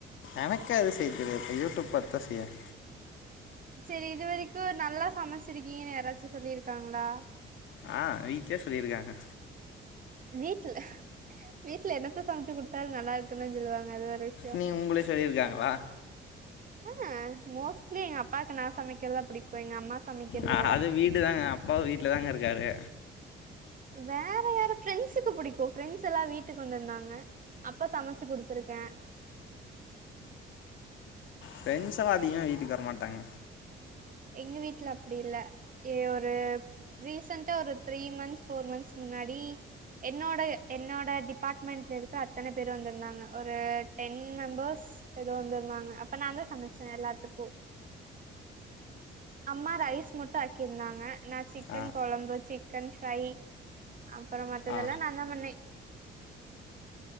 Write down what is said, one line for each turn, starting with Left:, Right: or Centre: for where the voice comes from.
Left: எனக்கு அது செய்ய தெரியாது யூடியூப் பாத்தான் செய்வேன்
Right: சேரி இது வரைக்கும் நல்லா சமைச்சிருக்கீங்கன்னு யாராச்சும் சொல்லிருக்காங்களா
Left: ஆஹ் வீட்லே சொல்லியிருக்காங்க
Right: வீட்ல வீட்ல என்னத்த சமச்சு குடுத்தாலும் நல்லா இருக்குன்னுதா சொல்லுவாங்க அது விஷயோ
Left: நீ உங்கள சொல்லியிருக்காங்களா
Right: ஆஹா மோஸ் ட்லி எங்க அப்பாவுக்கு நா சமைக்கிறதா பிடிக்கும் எங்க அம்மா சமைக்கிறத
Left: ஆ
Right: விட
Left: அது வீடு தாங்க அப்பாவும் வீட்டுல தாங்க இருக்காரு
Right: வேற யாரு ப்ரெண்ட்ஸுக்கு பிடிக்கும் ப்ரெண்ட்ஸ் எல்லாம் வீட்டுக்கு வந்திருந்தாங்க அப்ப சமைச்ச ச்சு குடுத்துருக்கேன்
Left: ப்ரெண்ட்ஸ்லாம் அதிகமா வீட்டுக்கு வர மாட்டாங்க
Right: எங்க வீட்ல அப்டி இல்ல ஒரு ரீசன்டா ஒரு த்ரீ மன்ந்த்ஸ் ஃபோர் மன்ந்த்ஸ் முன்னாடி என்னோட என்னோட டிபார்ட்மெண்ட்ல இருக்க அத்தன பேரும் வந்திருந்தாங்க ஒரு டென் மெம்பர்ஸ் எதோ வந்திருந்தாங்க அப்ப நா தான் சமைச்சேன் எல்லாத்துக்கும் அம்மா ரைஸ் மட்டும் ஆக்கிருந்தாங்க நா சிக்கன்
Left: ஆ
Right: கொழம்பு சிக்கன் ஃப்ரை அப்புறம் மத்ததெல்லாம்
Left: ஆ
Right: நான்தா பண்ணே